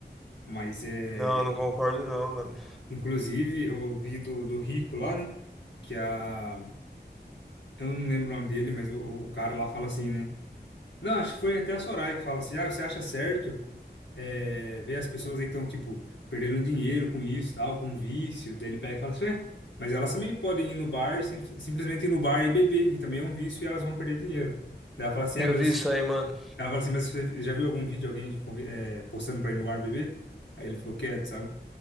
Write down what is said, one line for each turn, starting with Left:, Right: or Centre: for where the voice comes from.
Left: mas é...
Centre: Não, não concordo não, mano.
Left: Inclusive, eu vi do, do Rico lá, né? Que a... Eu não lembro o nome dele, mas o, o cara lá fala assim, né? Não, acho que foi até a Soraya que fala assim, ah, você acha certo é, ver as pessoas aí que estão, tipo, perdendo dinheiro com isso, tal, com vício, daí ele pega e fala assim, é, mas elas também podem ir no bar, e sim- simplesmente ir no bar e beber, e também é um vício e elas vão perder dinheiro. Daí ela fala assim,
Centre: Eu
Left: é, mas
Centre: vi isso
Left: eu-
Centre: aí, mano.
Left: ela fala assim, mas você já viu algum vídeo de alguém tipo, convi- é, postando pra ir no bar beber? Aí ele ficou quieto, sabe?